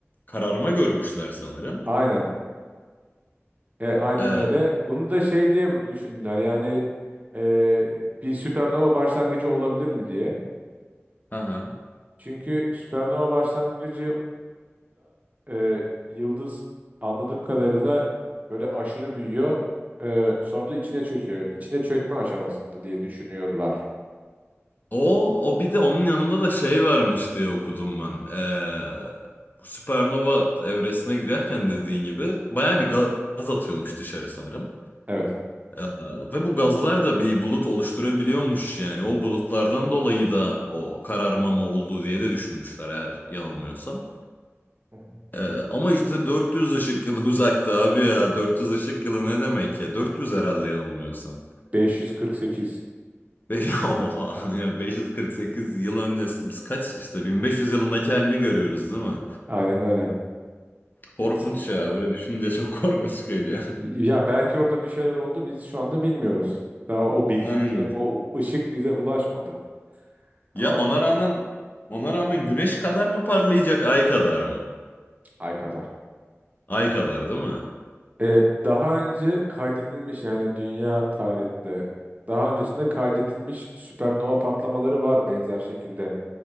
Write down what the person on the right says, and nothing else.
aynen. E, aynen
öyle. Bunu da şey diye düşündüler yani e, bir süpernova başlangıcı olabilir mi diye.
Çünkü süpernova başlangıcında e, yıldız anladığım kadarıyla böyle aşırı büyüyor. E, sonra da içine çöküyor. İçine çökme aşamasında diye düşünüyorlar.
Evet.
Hı hı.
beş yüz kırk sekiz.
Aynen öyle.
İki-
Ya belki orada bir şeyler oldu biz şu anda bilmiyoruz. Daha o bilgi
bize, o ışık bize ulaşmadı. Ama
ay kadar.
E, daha önce kaydedilmiş yani dünya tarihinde daha öncesinde kaydedilmiş süpernova patlamaları var benzer şekilde.